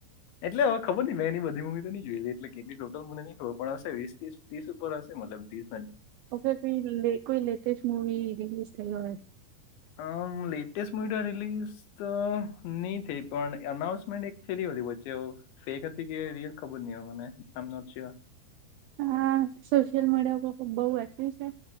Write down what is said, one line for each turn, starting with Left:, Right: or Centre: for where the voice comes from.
Left: એટલે હવે ખબર નઈ મેં એની બધી મુવી તો નની જોઈ હતી એટ કેલી ટોટલ મને નની ખબર પણ હશે વીસ તીસ તીસ ઉપર હશે. મતલબ તીસ.
Right: ઓ કોઈ કોઈ લેટેસ્ટ મુવી રિલીઝ થઈ હોય.
Left: હ. લેટેસ્ટ મડ રિલીઝ તો નહી થઈ પણ અનાઉન્સમેન્ટ એક થયેલી હો હતી વચ્ચે ફેક હતી કે રિયલ ખબર નહી હોય મને આમ નોટ સયોર.
Right: હા સોશિયલ મીડિયા ઉપર તુબહુ એક્ટિવ છે...